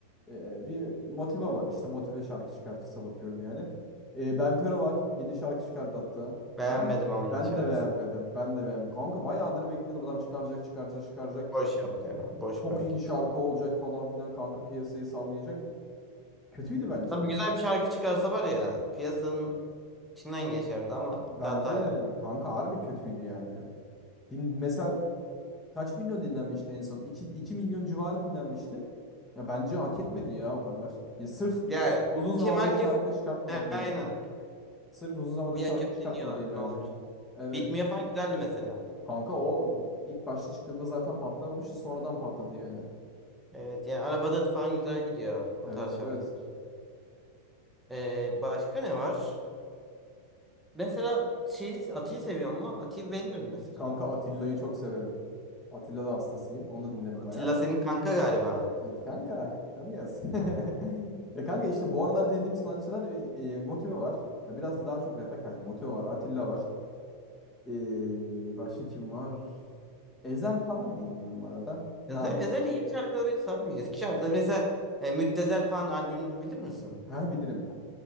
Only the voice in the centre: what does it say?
Beğenmedim
ama yeni
şarkısını.
Boş yaptı yani. Boş
bir hareketi.
Tabii güzel bir şarkı çıkarsa var ya piyasanın içinden geçerdi ama gitti
hata yap.
Ya
kim herkes
aynen.
Bir
açıp
dinliyorlar.
Ne
olmuş?
Bitmiyor falan güzeldi mesela.
Evet yani arabada falan güzel gidiyor o
tarz
şarkılar. Ee, başka ne var? Mesela şey Ati'yi seviyor mu? Ati'yi beğenirim mesela.
Atilla
senin kanka galiba.
Yazar yazarın yeni şarkıları beni sarmıyor. Eski şarkıları mesela e, Müptezel falan albümünü bilir misin?